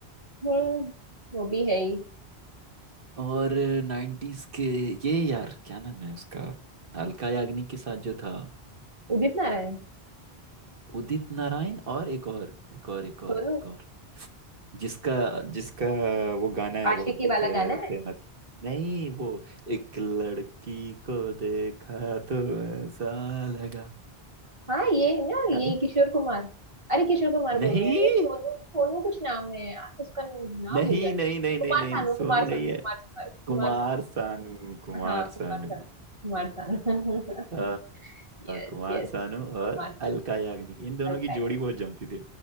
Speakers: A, on the right; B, on the right.
A: हम्म, वो भी है ही
B: और नाइन्टीज के ये यार क्या नाम है उसका अलका याग्निक के साथ जो था
A: उदित नारायण
B: उदित नारायण और एक और एक और एक और
A: सोनू
B: एक और जिसका जिसका वो गाना है
A: आशिकी
B: बहुत
A: वाला
B: फेमस
A: गाना
B: नहीं वो एक लड़की को देखा तो ऐसा लगा
A: हाँ ये ना यही
B: याद है
A: किशोर कुमार अरे किशोर कुमार बोल
B: नहीं
A: रहे हैं अरे सोनू सोनू कुछ नाम है यार उसका नाम
B: नहीं
A: भूल जाती
B: नहीं नहीं नहीं
A: हूँ। कुमार
B: नहीं
A: सानू कुमार
B: सोनू
A: सानू
B: नहीं है
A: कुमार सानू
B: कुमार
A: कुमार सानू
B: सानू कुमार
A: हाँ कुमार
B: सानू
A: सानू कुमार सानू <laughs>
B: आ,
A: Yes
B: कुमार
A: yes
B: सानू
A: Yes
B: और
A: कुमार
B: अलका याग्निक
A: सानू
B: इन दोनों
A: अलका
B: की जोड़ी
A: यार
B: बहुत जमती थी